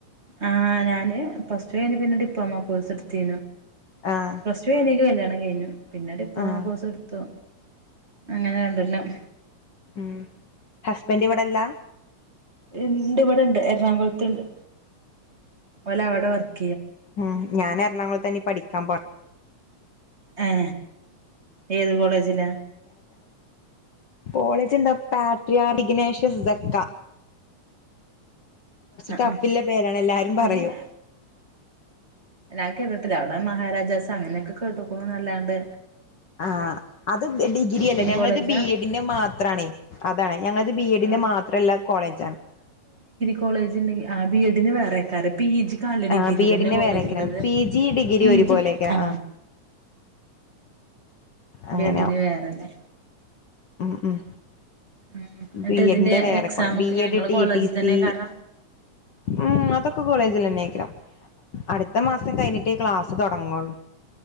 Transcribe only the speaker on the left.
ആഹ്
ആഹ്
ഉ ഹസ്ബൻഡ് ഇവിടെല്ലാ
ഉം ഞാൻ എറണാകുളത്തന്നീ പഠിക്കാൻ പോ
പോളേജ് എന്താ പാട്രിയ റിഗ്നാേഷ്യസ്ക്ക
ടഫില്ല
പേരാണ് എല്ലാരും
പറയും
ആഹ അത് ഡിഗ്രി അല്ലേ ഞങ്ങളത്
ബി എഡിന്റെ മാത്രണ അതാണ് ഞങ്ങളത് ബി എഡിന്റെ
മാത്രമല്ല കോളേജാണ്
ആഹ് ബി എഡിന്റെ
വേറെക്കാരം
പി ജി ഡിഗ്രി
ഒരുപോലെക്കാരം
ആഹ് അങ്ങനെയാവും
ഉം ഉം
ബിഎഡിന്റെ
വേറെക്കള
ബിഎഡ്
ടി
ടി സി
ഉം അതൊക്കെ കോളേജിൽ തന്നെ ആക്ക അടുത്ത
മാസം കഴിഞ്ഞിട്ട് ക്ലാസ്സ് തുടങ്ങുള്ളൂ